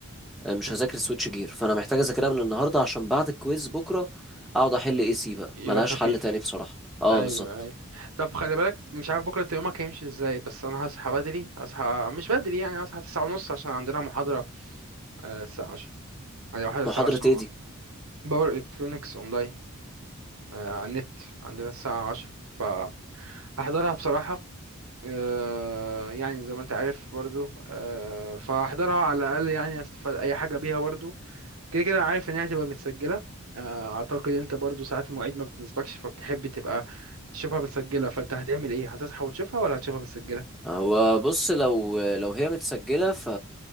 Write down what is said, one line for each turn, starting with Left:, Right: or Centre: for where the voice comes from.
Centre: مش
Right: مم.
Centre: هذاكر سويتش جير فانا محتاج اذاكرها من النهارده عشان بعد الكويز بكره اقعد احل اي سي بقى
Right: يبقى
Centre: ملهاش
Right: خفيف
Centre: حل تاني بصراحه اه
Right: ايوه
Centre: بالظبط
Right: ايوه طب خلي بالك مش عارف بكرة انت يومك هيمشي ازاي بس انا هصحى بدري هصحى مش بدري يعني هصحى 9:30 ونص عشان عندنا محاضرة آه، الساعة 10 يعني محاضرة الساعة
Centre: محاضرة
Right: 10
Centre: ايه دي؟
Right: باور الكترونكس اونلاين آه، على النت عندنا الساعة عشرة فهحضرها بصراحة آه، يعني زي ما انت عارف برضو آه، فهحضرها على الأقل يعني استفاد أي حاجة بيها برضو كده كده عارف إن هي هتبقى متسجلة آه، أعتقد أنت برضو ساعات المواعيد ما بتنسبكش فبتحب تبقى تشوفها متسجلة فأنت هتعمل إيه هتصحى وتشوفها ولا هتشوفها متسجلة
Centre: هو بص لو لو هي متسجلة ف